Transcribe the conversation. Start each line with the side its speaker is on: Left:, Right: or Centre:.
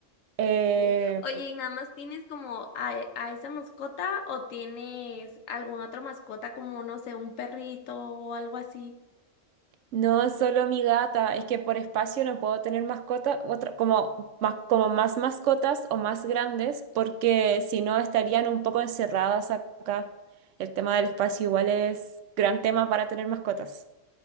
Right: Eh,
Left: Sí. Oye, ¿y nada más tienes como a, e- a esa mascota o tienes alguna otra mascota como, no sé, un perrito o algo así?
Right: No, solo mi gata. Es que por espacio no puedo tener mascota, otra, como, más, como más mascotas o más grandes, porque si no estarían un poco encerradas acá. El tema del espacio igual es gran tema para tener mascotas.